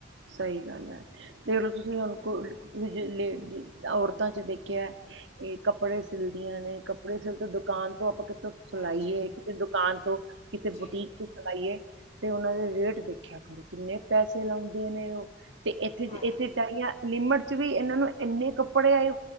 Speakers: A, on the right (about 85°); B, on the left (about 35°).
A: ਸਹੀ ਗੱਲ ਐ ਤੇ ਤੁਸੀਂ ਹੁਣ
B: ਹਮ,
A: ਕੋ ਤੁਸੀਂ ਲ ਔਰਤਾਂ ਚ ਦੇਖਿਆ ਇਹ ਕੱਪੜੇ ਸਿਲਦੀਆਂ ਨੇਂ, ਕੱਪੜੇ ਸਿਲ ਤੋਂ ਦੁਕਾਨ ਤੇ ਆਪਾਂ ਕਿਥੋਂ
B: ਹਾਂਜੀ
A: ਸਿਲਾਈਏ, ਕਿਸੇ ਦੁਕਾਨ ਤੋਂ, ਕਿਸੇ
B: ਜੀ
A: ਬੁਟੀਕ ਤੋਂ ਸਿਲਾਈਏ। ਤੇ ਉਹਨਾਂ ਦੇ ਰੇਟ ਦੇਖਿਆ ਕਰੋ, ਕਿੰਨੇ ਪੈਸੇ ਲਾਉਂਦੇ ਨੇ ਉਹ ਤੇ ਇੱਥੇ
B: ਹਾਂਜੀ
A: ਇੱਥੇ ਚ ਲਿਮਟ ਵੀ ਇਹਨਾਂ ਨੂੰ ਇੰਨੇ ਕੱਪੜੇ ਆਏ,